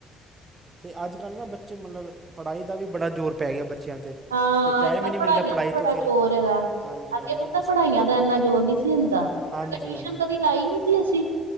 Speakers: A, on the right; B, on the right.
A: ਅਤੇ ਅੱਜ- ਕੱਲ੍ਹ ਨਾ ਬੱਚੇ ਮਤਲਬ ਪੜ੍ਹਾਈ ਦਾ ਵੀ ਬੜਾ ਜ਼ੋਰ ਪੈ ਗਿਆ ਬੱਚਿਆਂ 'ਤੇ
B: ਹਾਂ
A: ਅਤੇ ਟਾਈਮ
B: ਅੱਜ -ਕੱਲ
A: ਹੀ ਨਹੀਂ
B: ਪੜ੍ਹਾਈਆਂ
A: ਮਿਲਦਾ ਪੜ੍ਹਾਈ
B: ਤੋਂ ਬੜਾ
A: ਫਿਰ
B: ਜ਼ੋਰ ਹੈਗਾ।
A: ਹਾਂਜੀ
B: ਅੱਗੇ
A: ਹਾਂਜੀ
B: ਪੁੱਤਰ ਪੜ੍ਹਾਈਆਂ ਦਾ ਇੰਨਾ ਜ਼ੋਰ ਨਹੀਂ ਸੀ ਹੁੰਦਾ। ਅੱਗੇ
A: ਹਾਂਜੀ
B: ਟਿਊਸ਼ਨ
A: ਹਾਂਜੀ
B: ਕਦੀ ਲਾਈ ਨਹੀਂ ਸੀ ਅਸੀਂ